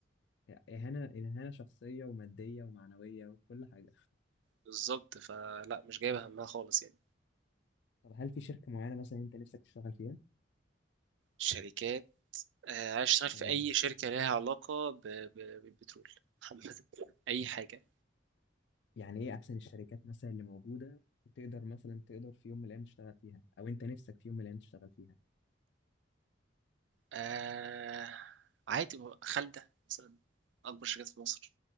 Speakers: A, on the left; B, on the right.
A: اهانه اهانه شخصيه وماديه ومعنويه وكل حاجه
B: بالظبط فلا مش جايبه همها خالص يعني
A: طب هل في شركه معينه مثلا انت نفسك تشتغل فيها؟
B: الشركات آه، عايز اشتغل في
A: آه.
B: اي شركه ليها علاقه ب... ب... بالبترول <laughs> عامه اي حاجه
A: يعني ايه احسن الشركات مثلا اللي موجوده وتقدر مثلا تقدر في يوم من الايام تشتغل فيها او انت نفسك في يوم من الايام تشتغل فيها
B: آه... عادي خالده مثلا اكبر شركات في مصر